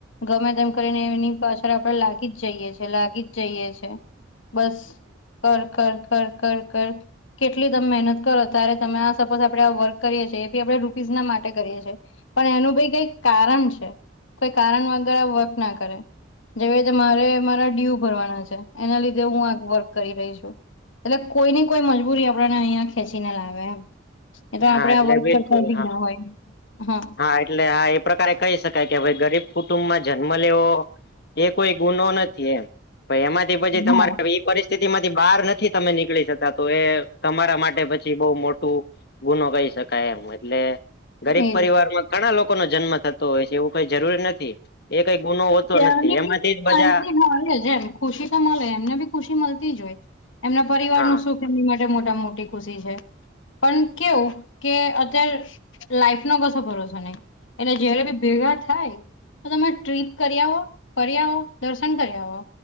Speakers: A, on the left; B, on the left.
A: ગમે તેમ કરીને એની પાછળ આપડે લાગી જ જઈએ છેીએ લાગી જ જઈએ છે બસ કર કર કર કર કર કેટલી તમે મહેનત કરો ત્યારે તમે આ સપોઝ આપણેે વર્ક કરીએ છીએ એ બી આપડે રૂપીઝ ના માટે કરીએ છીએ પણ એનું ભાઈ કઈ કારણ છે કોઈ કારણ વગર વર્ક ના કરે જેવીતે મારે મારા ડ્યુ ભરવાના છે એના લીધે હું આ વર્ક કરી રહી છું એટલે કોઈ ની કોઈ મજબૂરી આપણને અહિયાયા ખેંચીને લાવે એમ એ તો આપણે
B: હા એટલે
A: વર્ક
B: બિલકુલ
A: કરતા ભી
B: હા.
A: ના હોય હા
B: હા એટલે હા એ પ્રકારે કહી શકાય કે ભાઈ ગરીબ કુટુંબમાં જન્મ લેવો એ કોઈ ગુનો નથી એમ એમાંથી પછી તમારે
A: હા
B: પરિસ્થિતિ માંથી બહાર નથી તમે નીકળી શતા તો એ તમારા માટે પછી બહ મોટું ગુનો કહી શકાય એમ એટલે ગરીબ
A: એજ
B: પરિવારમાં ઘણા લોકો નો જન્મ થતો હોય છે એવું કઈ જરૂરી નથી એ કઈ ગુનો
A: ત્યાની
B: નથી એમાંથી
A: બી
B: જ
A: શાંતિ
B: બધા
A: મળે છે એમ ખુશી તો મળે એમને બી ખુશી મળતી જ હોય એમના પરિવાર
B: હા
A: ન સુખ એની માટે મોટા મોટી ખુશી છે પણ કેવું કે અત્યારે લાઈફ નો કો ભરોસો નહી એટલે જય્યારે બી ભેગા થાય તો તમે ટ્રીપ કરી આવો ફ આવો દર્શન કરી આવો